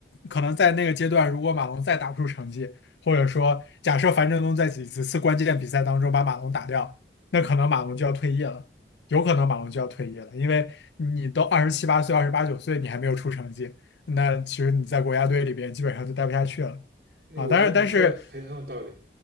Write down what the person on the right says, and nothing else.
那我觉得你说的很很有道理。